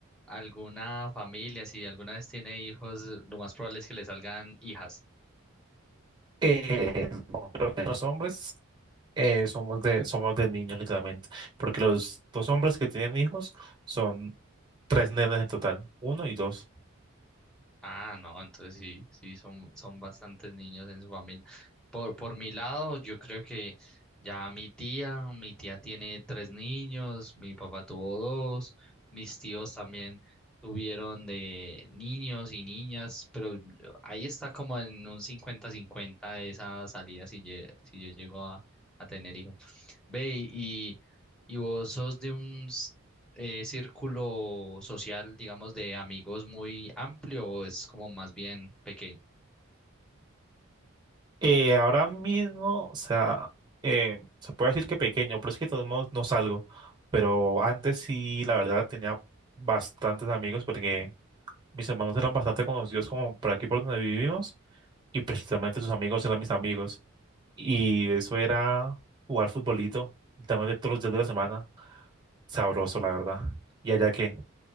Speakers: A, in the centre; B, on the right (about 20°).
A: alguna familia, si alguna vez tiene hijos, lo más probable es que le salgan hijas.
B: Eh, bueno, los hombres eh, somos de, somos de niños, literalmente. Porque los dos hombres que tienen hijos son tres nenes en total, uno y dos.
A: Ah, no, entonces sí, sí, son, son bastantes niños en su familia. Por, por mi lado, yo creo que ya mi tía, mi tía tiene tres niños, mi papá tuvo dos, mis tíos también tuvieron de niños y niñas, pero yo- ahí está como en un cincuenta-cincuenta esa salida si, lle- si yo llego a, a tener hijos. Ve, y, y vos sos de un, eh, círculo social, digamos, de amigos muy amplio o es como más bien pequeño?
B: Eh, ahora mismo, o sea, eh, se puede decir que pequeño, pero es que de todos modos no salgo. Pero antes sí, la verdad, tenía bastantes amigos porque Mis hermanos eran bastante conocidos como por aquí por donde vivimos y precisamente sus amigos eran mis amigos. Y eso era jugar futbolito, literalmente todos los días de la semana. Sabroso, la verdad. ¿Y allá qué?